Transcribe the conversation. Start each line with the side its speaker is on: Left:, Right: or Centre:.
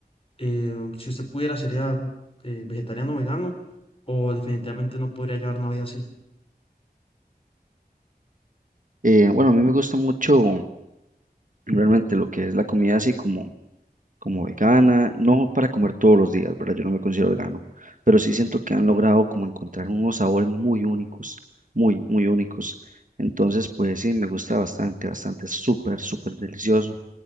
Left: Eh, si usted pudiera, ¿sería eh, vegetariano o vegano o definitivamente no podría llevar una vida así?
Right: Eh, bueno, a mí me gusta mucho realmente lo que es la comida así como como vegana, no para comer todos los días, ¿verdad? Yo no me considero vegano, pero sí siento que han logrado como encontrar unos sabores muy únicos, muy, muy únicos. Entonces, pues sí, me gusta bastante, bastante, es súper, súper delicioso.